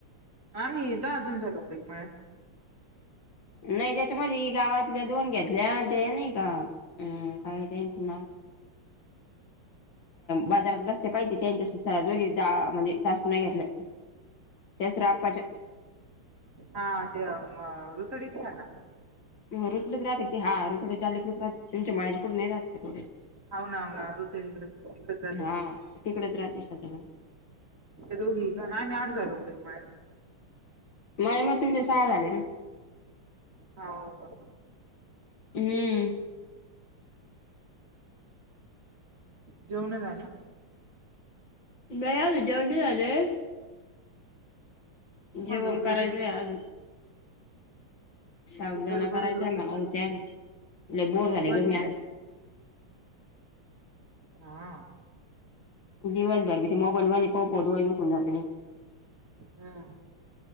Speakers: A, on the right (about 35°); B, on the left (about 60°).
A: आम्ही दहा जण झालो झा लोक म्हळ्यात,
B: नाही त्याच्यामध्येध गावातल्या दोन घेतल्या ते नाही का हम काय ते नाव, बाजारात बसते पाहिजे त्यांच्या, दोघी म्हणजे सासूना घेतलं जसरापच्या,
A: हा ते रुतुडी त नका,
B: म रोकडेच राहते ते हा रोकडडे चालेच राहते तुमचे माहेरी, पुड नाही राहातते थोडेच,
A: हाव ना हाव ना रुतडीकडे तिकडेच जाते
B: हा
A: ती
B: तिकडेच, राजेशन
A: ते दोघी का? आम्ही आठ झालो इकडे मा
B: माझ मते तुमच्या सह्या झाल्या ना,
A: हाव का
B: हम्म.
A: जेवण झाली?
B: नाही आलं, जेवण नाही झालंय
A: तुम्हाला
B: जेवण
A: झोप येऊ
B: करायचंय
A: राहिली काय
B: अजून. साबदाना
A: ती खरं
B: करायचा
A: खरं झोप
B: म्हण
A: येऊ राहिली
B: लय बोर. झाले
A: उपवास
B: ग
A: आहे
B: आज. <inaudible>
A: हा
B: दिवसभर ते. मोबाईल <unintelligible>
A: हा,